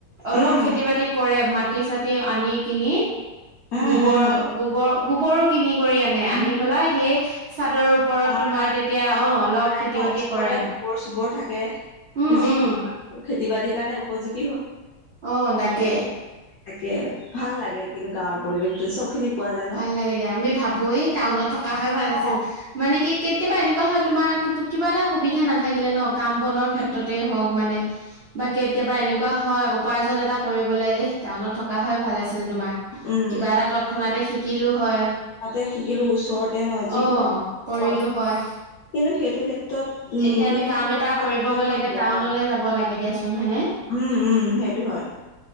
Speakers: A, on the right; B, on the left.
A: অলপ
B: উম
A: খেতি বাতি কৰে মাটি চাহটি আনি কিনি
B: উম
A: গোবৰ
B: উম
A: গোবৰ গোবৰো কিনি কৰি আনি আনি
B: উম
A: পেলাই সেই চাদৰ ওপৰত
B: আমাৰ
A: তোমাৰ
B: আমাৰ
A: তেতিয়া অ অলপ খেতি বাতি
B: <inaudible> ওচৰতে
A: কৰে
B: গোবৰ চোবৰ থাকে।
A: উম
B: যি
A: উম
B: দি খেতি বাতিৰ কাৰণে উপযুক্ত
A: আহ তাকে।
B: তাকে ভাল লাগে কিন্তু গাঁৱৰ পৰিৱেশটো চব খিনি পোৱা যায় ন
A: ভাল লাগে দিয়া আমি ভাবোৱেই টাউনত থকা হয় ভাল
B: অ
A: আছিল। মানে কি কেতিয়াবা এনেকুৱা হয় তোমাৰ কিবা এটা সুবিধা নাথাকিলে ন কাম বনৰ ক্ষেত্ৰতেই
B: উম
A: হওক মানে বা কেতিয়াবা এনেকুৱা হয় উপাৰ্জন এটা কৰিবলে এ টাউনত থকা হয় ভাল আছে তোমাৰ
B: উম
A: কিবা এটা তৎক্ষণাতে শিকিলো হয়
B: তাতে শিকিলো ওচৰতে ন যিকোনো
A: অ কৰিলো
B: পাম
A: হয়
B: কিন্তু সেইটো ক্ষেত্ৰত উম
A: এতিয়া আমি
B: কিছুমান
A: কাম
B: ক্ষেত্ৰত
A: এটা
B: ভাল
A: কৰিব
B: কিছুমান
A: গ'লে
B: কত
A: এতিয়া
B: বেয়াও
A: টাউনলৈ যাব লাগে দিয়াচোন হয়নে
B: উম উম সেইটো হয়